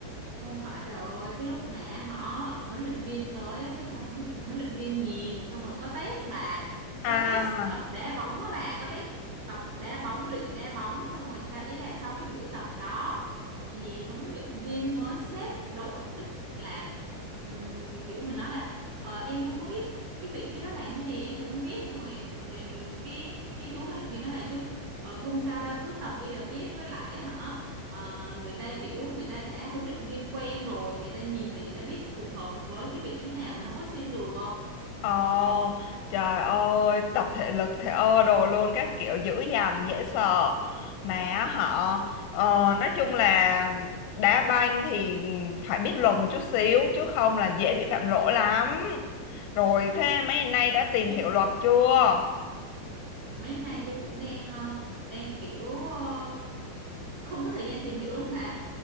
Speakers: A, on the right; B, on the left.
A: Không phải bà ơi, cái lúc mà họ huấn luyện viên tới á, cái xong huấn, huấn luyện viên nhìn xong rồi có test bà, có
B: à
A: test tập đá bóng á bà, có test tập đá bóng, luyện đá bóng xong rồi sao ý là sau cái buổi tập đó thì huấn luyện viên mới xếp đội tức là ừm, kiểu mình nói là ờ, em không có biết cái vị trí đó làm cái gì em cũng không biết xong rồi ừ, cái cái chú huấn luyện viên nói là chứ ờ, không sao đâu cứ tập đi là biết với lại á hả Ờ, người ta kiểu người ta đã huấn luyện viên quen rồi người ta nhìn là người ta biết phù hợp với cái vị trí nào mình không có xin được
B: Ồ, trời ơi, tập thể lực thể ơ đồ luôn các kiểu dữ dằn dễ sợ. Mà họ ờ, nói chung là đá banh thì phải biết luật một chút xíu chứ không là dễ bị phạm lỗi lắm. Rồi
A: Ừm,
B: thế mấy nay đã tìm hiểu luật chưa?
A: mấy nay tôi cũng đang ờ, đang kiểu ờ, không có thời gian tìm hiểu luôn bà